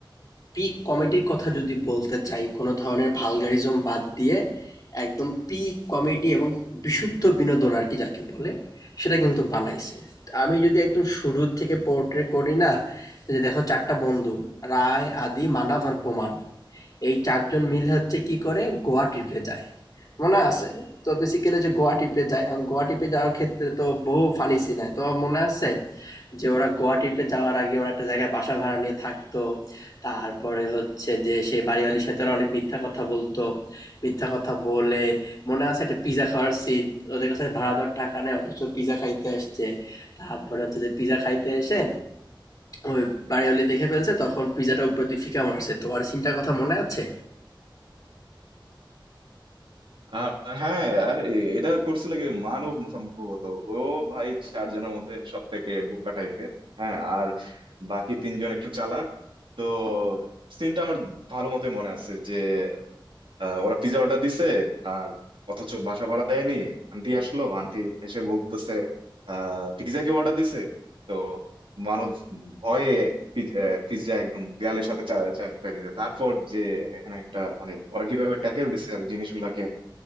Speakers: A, on the left; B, on the right.
A: পিক কমেডির কথা যদি বলতে চাই কোনো ধরনের ভালগারিজম বাদ দিয়ে একদম পিক কমেডি এবং বিশুদ্ধ বিনোদন আর কি যাকে বলে সেটা কিন্তু বানাইছে আমি যদি একদম শুরু থেকে পোর্ট্রে করি না যে দেখো চারটা বন্ধু রায় আদি মানাভ আর বোমান এই চারজন মিল হচ্ছে কি করে গোয়া ট্রিপে যায় মনে আছে? তো বেসিক্যালি যে গোয়া ট্রিপে যায়, এখন গোয়া ট্রিপে যাওয়ার ক্ষেত্রে তো বহু ফানি সিন হয়। তোমার মনে আছে? যে ওরা গোয়া ট্রিপে যাওয়ার আগে ওরা একটা জায়গায় বাসা ভাড়া নিয়ে থাকতো। তারপরে হচ্ছে যে সেই বাড়িওয়ালীর সাথে ওরা অনেক মিথ্যা কথা বলতো। মিথ্যা কথা বলে মনে আছে একটা পিজ্জা খাওয়ার সিন? ওদের কাছে ভাড়া দেওয়ার টাকা নেই অথচ পিজ্জা খাইতে আসছে। তারপরে হচ্ছে যে পিজ্জা খাইতে এসে ওই বাড়িওয়ালী দেখে ফেলছে তখন পিজ্জাটা উপর দিয়ে ফিকা মারছে। তোমার সিনটার কথা মনে আছে?
B: আহ, হ্যাঁ আর এ- এটা করছিল কি মানব সম্ভবত ও ভাই চারজনের মধ্যে সব থেকে বোকা টাইপের হ্যাঁ আর বাকি তিনজন একটু চালাক তো সিনটা আমার ভালো মতো মনে আছে যে আহ, ওরা পিজা অর্ডার দিছে আর অথচ বাসা ভাড়া দেয়নি আন্টি আসলো আন্টি এসে বলতেছে আহ পিজা কে অর্ডার দিছে তো মানব ভয়ে পিজা একদম দেয়ালের সাথে চা- চাপকায় দিতে তারপর যে এখানে একটা মানে ওরা কিভাবে ট্যাকেল দিছে আর জিনিসগুলাকে